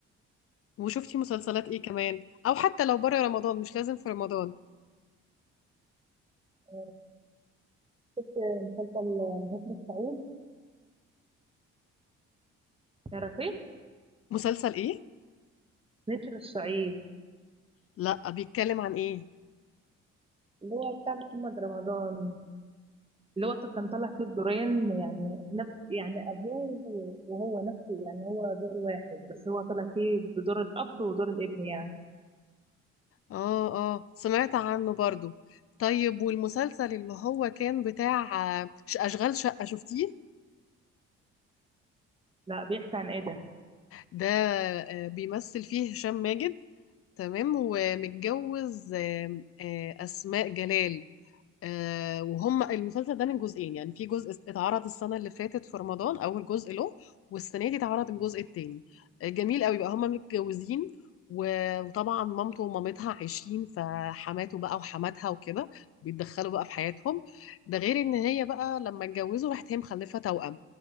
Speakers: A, on the left (about 45°); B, on the right (about 15°).
A: وشفتي مسلسلات ايه كمان او حتى لو بره رمضان مش لازم في رمضان
B: آه، شفت مسلسل نسر الصعيد تعرفيه؟
A: مسلسل ايه
B: نسر الصعيد
A: لا بيتكلم عن ايه
B: اللي هو بتاع محمد رمضان اللي هو كان طالع فيه بدورين يعني نفس يعني ابوه وهو نفسه يعني هو دور واحد بس هو طالع فيه بدور الاب ودور الابن يعني
A: اه اه سمعت عنه برضو طيب والمسلسل اللي هو كان بتاع آه، ش- أشغال شقة شفتيه
B: لا بيحكي عن ايه ده؟
A: ده آه، بيمثل فيه هشام ماجد تمام ومتجوز آم، آه، أسماء جلال آه، وهم المسلسل ده من جزئين يعني في جزء اتعرض السنة اللي فاتت في رمضان أول جزء له والسنة دي اتعرض الجزء التاني آه، جميل قوي بقى هم متجوزين و- وطبعا مامته ومامتها عايشين فحماته بقى وحماتها وكده بيتدخلوا بقى في حياتهم ده غير ان هي بقى لما اتجوزوا راحت هي مخلفة توأم